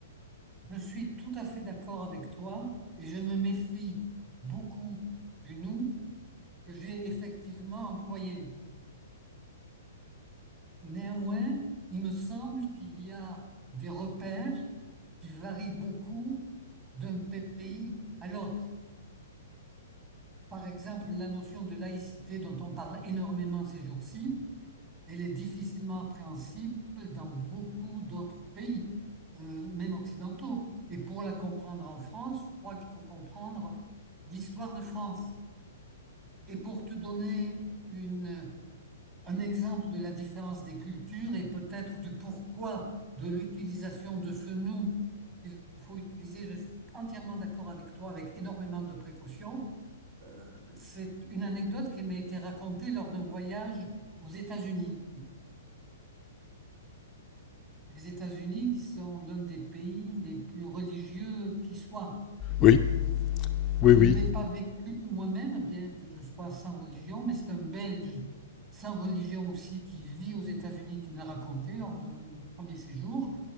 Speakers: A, on the right (about 25°); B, on the left (about 25°).
A: Je suis tout à fait d'accord avec toi et je me méfie beaucoup du nous que j'ai effectivement employé. Néanmoins, il me semble qu'il y a des repères qui varient beaucoup d'un pays à l'autre. Par exemple, la notion de laïcité dont on parle énormément ces jours-ci, elle est difficilement appréhensible dans beaucoup d'autres pays, euh, même occidentaux. Et pour la comprendre en France, je crois qu'il faut comprendre l'histoire de France. Et pour te donner une- un exemple de la différence des cultures et peut-être du pourquoi de l'utilisation de ce nous qu'il faut utiliser, je suis entièrement d'accord avec toi, avec énormément de précautions. Euh, c'est une anecdote qui m'a été racontée lors d'un voyage aux États-Unis. Les États-Unis qui sont l'un des pays les plus religieux qui soit.
B: Oui, oui,
A: Je
B: oui.
A: ne l'ai pas vécu moi-même, bien que je sois sans religion, mais c'est un Belge sans religion aussi qui vit aux États-Unis qui me l'a raconté lors de mon premier séjour.